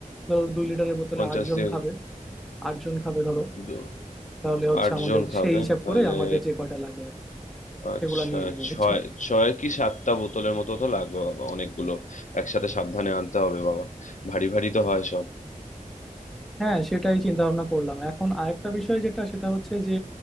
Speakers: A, in the centre; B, on the left (about 65°).
A: ধরো দুই লিটারের বোতলে
B: পঞ্চাশ
A: আট জন
B: দিয়ে
A: খাবে আট জন খাবে ধরো
B: দু-
A: তাহলে হচ্ছে
B: আট
A: আমাদের
B: জন খাবে
A: সেই হিসাব
B: তাহলে
A: করে আমাদের যে কয়টা লাগে আর
B: আচ্ছা
A: সেগুলো নিয়ে নিবো বুঝছো
B: ছয় ছয় কি সাতটা বোতলের মতো তো লাগবে বাবা অনেকগুলো একসাথে সাবধানে আনতে হবে বাবা ভারী ভারী তো হয় সব
A: হ্যাঁ সেটাই চিন্তা ভাবনা করলাম এখন আরেকটা বিষয় যেটা সেটা হচ্ছে যে